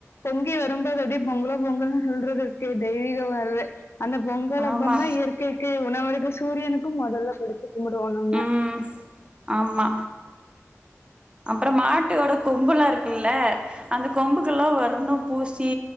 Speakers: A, on the left (about 55°); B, on the right (about 20°).
A: பொங்கி வரும்போது அப்டி பொங்கலோ பொங்கல்னு சொல்றது இருக்கே தெய்வீக உணர்வு அந்த பொங்கல்
B: ஆமா
A: அப்பந்தா இயற்கைக்கி உணவருக்கு சூரியனுக்கும் மொதல்ல படிச்சு கும்புடுவோ நம்ம
B: ம் ஆமா அப்ரோ மாட்டோட கொம்புல்லா இருக்குல்ல அந்த கொம்புக்கெல்லா வர்ணம் பூஸ் ச்சி